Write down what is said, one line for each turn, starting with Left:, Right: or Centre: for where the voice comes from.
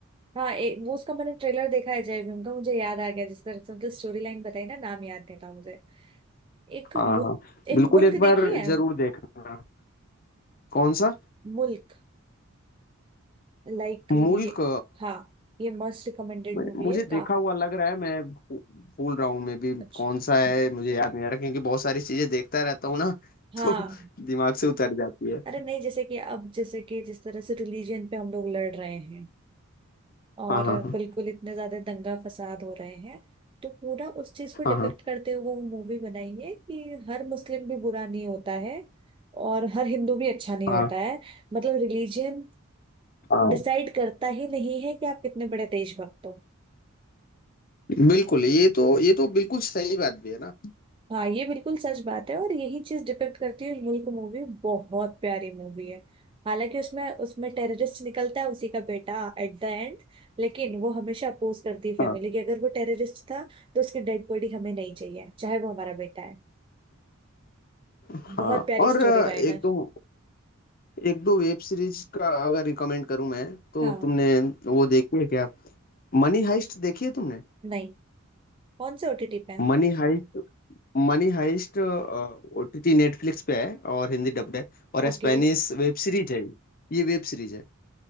Right: हाँ ए, वो उसका मैंने ट्रेलर देखा है जय भीम का मुझे याद आ गया जिस तरह से उनकी स्टोरी लाइन बताई ना नाम याद नहीं था मुझे एक
Left: हाँ
Right: मु,
Left: हाँ
Right: एक
Left: बिल्कुल
Right: मुल्क
Left: एक बार
Right: देखी है
Left: जरूर देखना कौन सा
Right: मुल्क लाइक
Left: मुल्क
Right: ये हाँ ये मोस्ट रिकमेंडेड
Left: मैं-
Right: मूवी
Left: मुझे
Right: है
Left: देखा
Right: का
Left: हुआ लग रहा है मैं भू- भूल रहा हूँ मैं भी
Right: अच्छी
Left: कौन सा है मुझे याद नहीं आ रहा क्योंकि बहुत सारी चीजें देखता रहता हूँ ना
Right: हाँ
Left: <laughs> तो दिमाग से उतर जाती है
Right: अरे नहीं जैसे कि अब जैसे कि जिस तरह से रिलीजन पे हम लोग लड़ रहे हैं और
Left: हाँ हाँ
Right: बिल्कुल इतने ज्यादा दंगा फसाद हो रहे हैं तो पूरा उस चीज को डिपेक्ट
Left: हाँ हाँ
Right: करते हुए वो मूवी बनाई है कि हर मुस्लिम भी बुरा नहीं होता है और हर हिंदू भी अच्छा नहीं
Left: हाँ
Right: होता है मतलब रिलीजन
Left: हाँ हाँ।
Right: डिसाइड करता ही नहीं है कि आप कितने बड़े देशभक्त हो
Left: बिल्कुल ये तो ये तो बिल्कुल सही बात भी है ना
Right: हाँ ये बिल्कुल सच बात है और यही चीज डिपेक्ट करती है मुल्क मूवी बहुत प्यारी मूवी है हालांकि उसमें उसमें टेररिस्ट निकलता है उसी का बेटा एट द एंड लेकिन वो हमेशा अपोज करती है फैमिली
Left: हाँ
Right: की अगर वो टेररिस्ट था तो उसकी डेड बॉडी हमें नहीं चाहिए चाहे वो हमारा बेटा है
Left: हाँ
Right: बहुत प्यारी
Left: और
Right: स्टोरी
Left: अ,
Right: लाइन
Left: एक
Right: है
Left: दो एक दो वेब सीरीज का अगर रिकमेंड करूँ मैं तो
Right: हाँ
Left: तुमने वो देखी है क्या मनी हाइस्ट देखी है तुमने
Right: नहीं कौन से ओटीटी पे है
Left: Money heist Money heist OTT Netflix पे है और हिंदी डब्ड है और
Right: ओके
Left: स्पेनिश वेब सीरीज है ये ये वेब सीरीज है